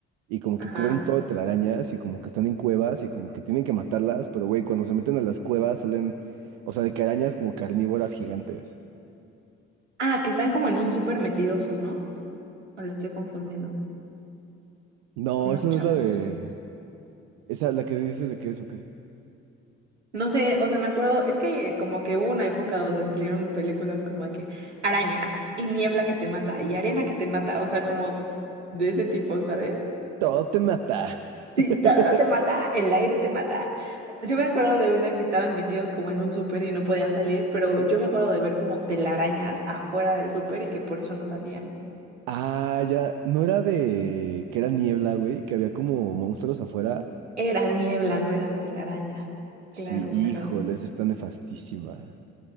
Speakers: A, on the right (about 65°); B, on the right (about 80°).
A: y como que
B: Ajá.
A: cubren todo de telarañas y como que están en cuevas y como que tienen que matarlas, pero güey, cuando se meten a las cuevas salen, o sea, de que arañas como carnívoras gigantes.
B: Ah, que están como en un súper metidos, ¿no? O le estoy confundiendo.
A: No,
B: Unos
A: esa
B: chavos.
A: no es la de... Esa, la que dices de qué es o qué.
B: No sé, o sea, me acuerdo, es que como que hubo una época donde salieron películas como de que arañas y niebla que te mata y arena que te mata, o sea, como de ese tipo, ¿sabes?
A: Todo te mata.
B: Sí,
A: <laughs>
B: todo te mata, el aire te mata. Yo me acuerdo de una que estaban metidos como en un súper y no podían salir, pero yo me acuerdo de ver como telarañas afuera del súper y que por eso no salían.
A: Ah, ya, no era de que era niebla, güey, que había como monstruos afuera.
B: Era niebla, no eran telarañas.
A: Sí,
B: Claro,
A: híjole,
B: claro.
A: esa está nefastísima.